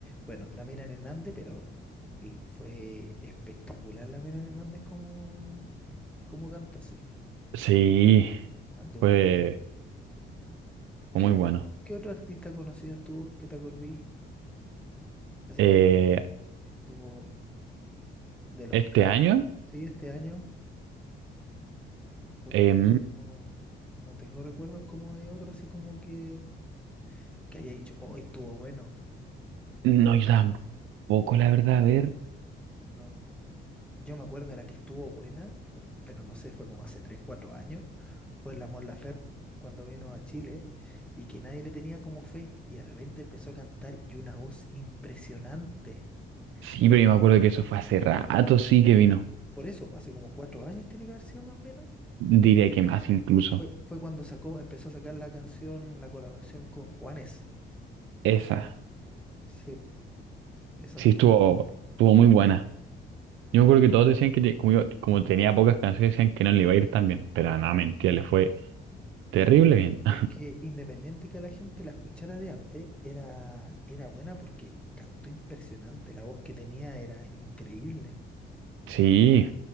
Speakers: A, in the centre; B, on the right.
A: Bueno, la Miriam Hernández, pero y fue espectacular la Miriam Hernández como, como cantó, sí.
B: Sí,
A: Anduvo.
B: fue fue
A: ¿Qué,
B: muy bueno.
A: qué otro artista conocido estuvo que te acordí? Así
B: Eh,
A: que Estuvo de los
B: este
A: K,
B: año,
A: sí, este año, porque
B: em,
A: no, no- no tengo recuerdos como de otro, así como que, que haya dicho, oh, estuvo bueno.
B: no, yo tampoco, la verdad, a ver.
A: No, yo me acuerdo de la que estuvo buena, pero no sé, fue como hace 3 4 años, fue la Mon Laferte cuando vino a Chile y que nadie le tenía como fe y de repente empezó a cantar y una voz impresionante.
B: Sí,
A: Cuando-
B: pero yo me acuerdo que eso fue hace rato, sí
A: sí,
B: que vino.
A: Por eso, pues, hace como 4 años tiene que haber sido más o menos,
B: Diría que más
A: que
B: incluso.
A: que fue, fue cuando sacó, empezó a sacar la canción, la colaboración con Juanes.
B: Esa,
A: Sí, esa
B: sí
A: estuvo.
B: estuvo, estuvo muy buena. Yo me acuerdo que todos decían que te- como, iba- como tenía pocas canciones, decían que no le iba a ir tan bien. Pero nada, mentira, le fue terrible
A: Es,
B: bien. <laughs>
A: es que independiente que a la gente la escuchara de antes, era, era buena porque cantó impresionante. La voz que tenía era increíble.
B: Sí,